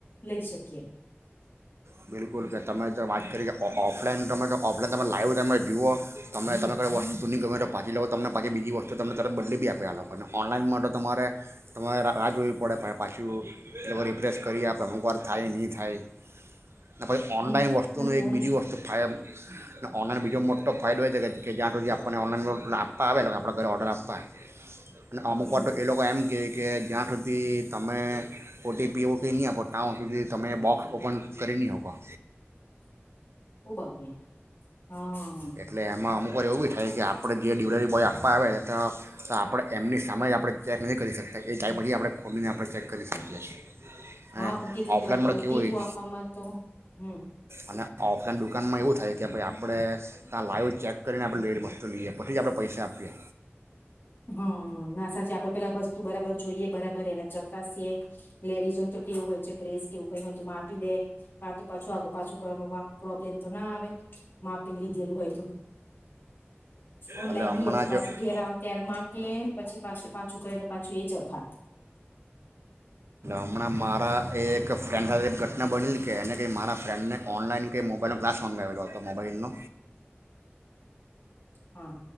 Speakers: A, on the left (about 55°); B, on the right (about 70°).
A: લઈ શકીએ
B: બિલકુલ કે તમે જો વાત કરી કે ઓફલાઈન ગમે તો ઓફલાઈન તમે લાઈવ તમે જુઓ તમે તમે કઈ વસ્તુની ગમે તો પાછી લેવો તમને પાછી બીજી વસ્તુ તમને તરત બદલી બી આપે લોકો અને ઓનલાઈન માટે તો તમારે તમારે રાહ જોવી પડે પાછી એલે રિપ્લેસ કરી આપ અમુક વાર થાય નહીં થાય નેહી ઓનલાઈન
A: હમ
B: વસ્તુનું
A: અને
B: એક
A: ઓન
B: બીજી વસ્તુ થાય ઓનલાઈન બીજો મોટો ફાઇડ હોય છે કે જ્યાં સુધી આપણને ઓનલાઈન આપવા આવેને આપણા ઘરે ઓર્ડર આપવા અને અમુક
A: હમ
B: વાર તો એ લોકો એમ કે કે જ્યાં સુધી તમે ઓ ટી પી એવુ ની આપો ત્યાં સુધી તમે બોક્સ ઓપન કરીની હોકો
A: ઓ બાપરે હા
B: એટલે એમાં અમુક વાર એવું બી થાય કે આપ આપણે જે ડીલિવરી બોય આપવા આવે આપણે એમની સામે જ આપણે ચેક નહી કરી શકતા એ જાય પછી આપણે ખોલીને આપણે ચેક કરી શકીએ છીએ.
A: હા
B: અને
A: પણ કેટલી
B: ઓફલાઈનમાં
A: ખર આપે
B: તો
A: ઓ
B: કેવું
A: ટી
B: હોય
A: પુ આપવામાં તો હમ
B: અને ઓફલાઈન દુકાનમાં એવું થાય કે ભાઈ આપડે ત્યાં લાઈવ ચેક કરીને આપણે લેટ વસ્તુ લઈએ પછી જ આપણે પૈસા આપીએ.
A: હા ના સાચી આપડે પેલા વસ્તુ બરાબર જોઈએ બરાબર એને ચકાસીએ લેડીઝને તો કેવું હોય છે ડ્રેસ કેવું કઈ હોય તું માપી લે વા તો પાછું આગું પાછું કરવાનું પ્રોબ્લેમ તો ના આવે માપ લીધેલું હોય તો ઓનલાઈન
B: એટલે હમણાં
A: લઈએ તો પાછું
B: જ એટલે
A: ઘેર ત્યારે માપીએને પછી પાછું પાછું કટલે પાછું એ જ ફા
B: હમણાં મારા એક ફ્રેન્ડ હાથે એક ઘટના બની કે એને કે મારા ફ્રેન્ડને ઓનલાઈન કે મોબાઈલ ન ગલાસ મગંવેલો હતો મોબાઈલનો
A: હા